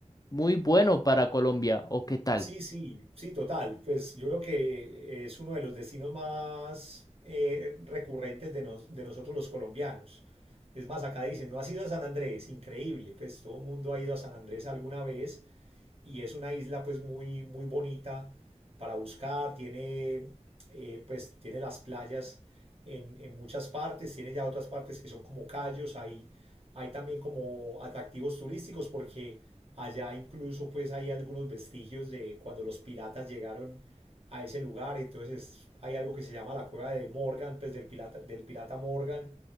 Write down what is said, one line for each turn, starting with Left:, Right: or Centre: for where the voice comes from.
Left: muy bueno para Colombia. ¿O qué tal?
Right: Sí, sí, sí, total. Pues yo creo que es uno de los destinos más eh, recurrentes de, nos- de nosotros los colombianos. Es más, acá dicen, no has ido a San Andrés, increíble, pues todo el mundo ha ido a San Andrés alguna vez y es una isla pues muy, muy bonita para buscar, tiene eh, pues tiene las playas en, en, muchas partes, tiene ya otras partes que son como callos, hay, hay también como atractivos turísticos porque allá incluso pues hay algunos vestigios de cuando los piratas llegaron a ese lugar, entonces hay algo que se llama la cueva de Morgan, pues del pirata, del pirata Morgan,